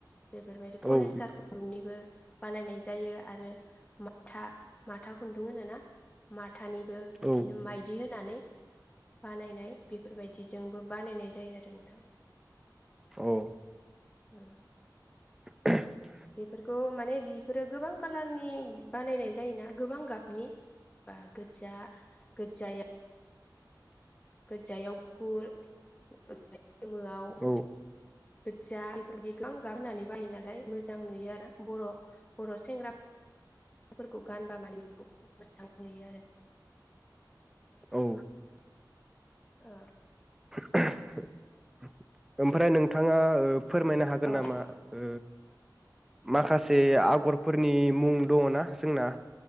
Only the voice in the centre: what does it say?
औ
औ
औ
<unintelligible>
औ
औ
<inaudible> ओमफ्राय नोंथाङा ओ फोरमायनो हागोन
नामा ओ माखासे एसे आगरफोरनि मुं दङ ना जोंना